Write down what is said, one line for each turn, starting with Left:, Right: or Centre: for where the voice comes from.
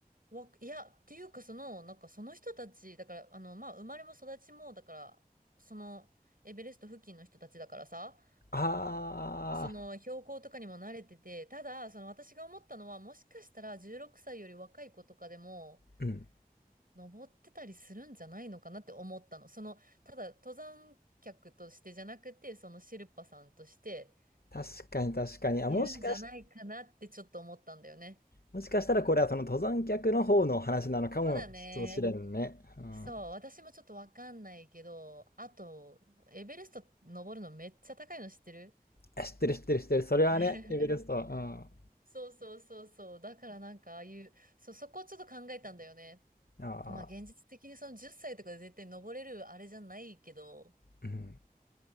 Right: う、わ、いや、っていうかその、なんかその人たち、だから、あの、まあ、生まれも育ちも、だから、その、エベレスト付近の人たちだからさ、
Left: あ
Right: その標高とかにも慣れてて、ただ、その私が思ったのは、もしかしたら16歳より若い子とかでも、
Left: ー、うん。
Right: 登ってたりするんじゃないのかなって思ったの。その、ただ登山客としてじゃなくて、そのシェルパさんとして
Left: 確かに確かに。あ、
Right: いるんじゃないかなってちょっと思ったんだよね。
Left: もしかしもしかしたらこれはその登山客の方の話なのかもしれんね。
Right: そうだね。
Left: うん、
Right: そう、私もちょっとわかんないけど、あと、エベレスト登るのめっちゃ高いの知ってる
Left: 知ってる知ってる知ってる。それはね、
Right: <laughs>
Left: エベレストは。
Right: そうそうそうそう。だからなんかああいう、そう、そこをちょっと考えたんだよね。
Left: うん、あ
Right: まあ現実的にその10歳とかで絶対登れるあれじゃないけど、
Left: ーうん、